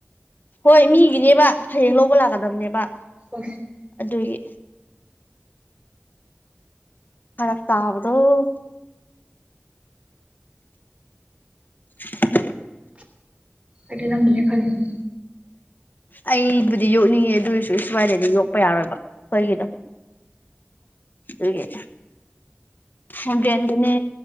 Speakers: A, on the left; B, on the right.
A: ꯍꯣꯏ ꯃꯤꯒꯤꯅꯦꯕ ꯍꯌꯦꯡ ꯂꯧꯕ ꯂꯥꯛꯀꯗꯕꯅꯦꯕ
B: ꯑꯁ
A: ꯑꯗꯨꯒꯤ ꯐꯔꯛꯇ ꯇꯥꯕꯗꯣ <unintelligible>
B: ꯑ ꯂꯝꯕ ꯂꯩꯦ ꯈꯂꯅꯤ
A: ꯑꯩꯕꯨꯗꯤ ꯌꯣꯛꯅꯤꯡꯉꯦ ꯑꯗꯨꯔꯁꯨ ꯑꯩ ꯁ꯭ꯋꯥꯏꯗꯗꯤ ꯌꯣꯛꯄ ꯌꯥꯔꯣꯏꯕ ꯀꯣꯏꯒꯤꯅꯣ ꯑꯗꯨꯦ ꯑꯕꯗꯅꯦ